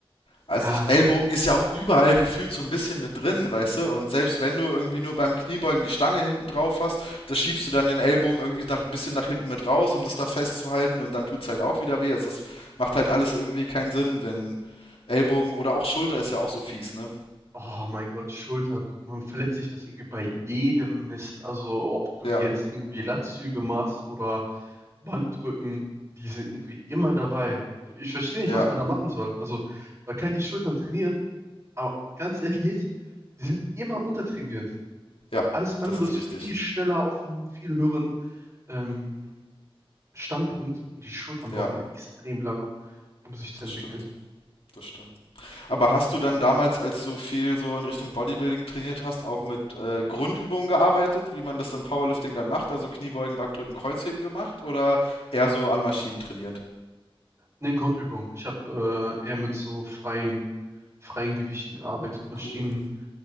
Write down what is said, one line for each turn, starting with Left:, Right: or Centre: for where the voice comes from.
Left: Also
Right: Ja,
Left: ich, Ellbogen ist ja auch überall gefühlt so ein bisschen mit drin, weißt du? Und selbst wenn du irgendwie nur beim Kniebeugen die Stange hinten drauf hast, da schiebst du dann den Ellbogen irgendwie nach, ein bisschen nach hinten mit raus, um das da festzuhalten und dann tut's halt auch wieder weh. Also es macht halt alles irgendwie keinen Sinn, wenn Ellbogen oder auch Schulter ist ja auch so fies, ne?
Right: Oh mein Gott, Schulter, du, man verletzt sich das irgendwie bei jedem Mist. Also ob du
Left: Ja,
Right: jetzt irgendwie Latzüge machst oder Bankdrücken, die sind irgendwie immer dabei. Ich verstehe nicht,
Left: ja,
Right: was man da machen soll. Also man kann die Schultern trainieren, aber ganz ehrlich, die sind immer untertrainiert.
Left: ja,
Right: Alles andere
Left: das ist
Right: ist
Left: richtig.
Right: viel schneller auf einem viel höheren ähm, Standpunkt und die Schultern
Left: Ja,
Right: brauchen extrem lange, um sich zu
Left: das
Right: entwickeln.
Left: stimmt, das stimmt. Aber hast du dann damals, als du viel so in Richtung Bodybuilding trainiert hast, auch mit äh, Grundübungen gearbeitet, wie man das im Powerlifting dann macht? Also Kniebeugen, Bankdrücken, Kreuzheben gemacht oder eher so an Maschinen trainiert?
Right: in Grundübung. Ich habe äh, eher mit so freien, freien Gewichten gearbeitet. Maschinen
Left: Cool.